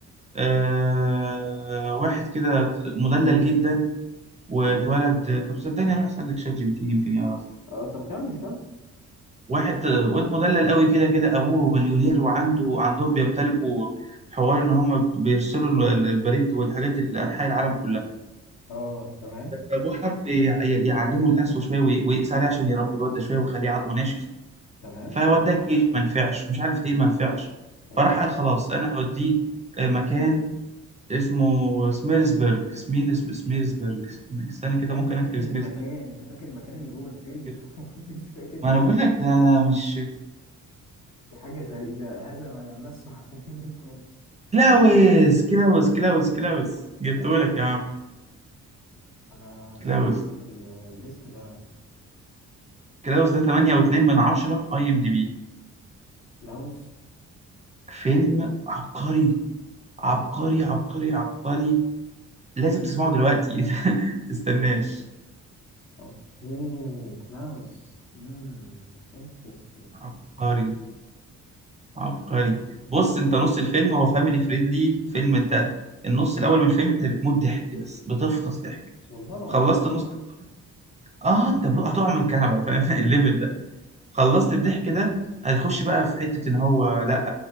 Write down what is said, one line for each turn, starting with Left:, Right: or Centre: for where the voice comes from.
Right: آه واحد كده مدلل جدا واتولد
Left: ايوه
Right: طب صدقني اروح اسالك شات جي بي تي يمكن يعرفه
Left: اه طب كمل كمل
Right: واحد آه، واد مدلل قوي كده كده ابوه مليونير وعنده عندهم بيمتلكوا حوار ان هم بيرسلوا ال- ال- البريد والحاجات دي لانحاء العالم كلها
Left: اه تمام
Right: ابوه حب ي- ي- يعلمه القسوه شويه وي- ويقسى عليه عشان يربي الواد ده شويه ويخليه عضمه ناشف
Left: تمام
Right: فوداه الجيش ما نفعش ومش عارف ايه ما نفعش
Left: تمام
Right: فراح قال خلاص انا هوديه آه، مكان اسمه سميرسبرج سمينس سميرسبرج استنى كده
Left: يعني
Right: ممكن
Left: انت فاكر
Right: اكتب سميرسبرج
Left: المكان انت فاكر المكان اللي جوه الفيلم
Right: كده.
Left: <laughs> ومش فاكر الاسم
Right: ما انا بقول لك ده
Left: الفيلم.
Right: انا مش
Left: دي حاجة غريبة هذا ما لم نسمع <laughs> به من قبل
Right: كلاوس
Left: مم.
Right: كلاوس كلاوس كلاوس جبته
Left: كلاوس
Right: لك يا عم
Left: انا سمعت
Right: كلاوس
Left: ال- الاسم ده
Right: كلاوس ده 8.2 من 10 اي ام دي بي
Left: كلاوس
Right: فيلم عبقري عبقري
Left: اه
Right: عبقري عبقري لازم تسمعه دلوقتي <laughs> تستناش
Left: اوكي كلاوس امم انترستنج
Right: عبقري
Left: آه.
Right: عبقري بص انت نص الفيلم هو فاميلي فريندلي فيلم انت النص الاول من الفيلم انت بتموت ضحك بس بتفطس ضحك
Left: والله العظيم
Right: خلصت النص الأول- اه انت بقى هتقع من الكنبه فاهم <laughs> الليفل ده خلصت الضحك ده هتخش بقى في حته ان هو لا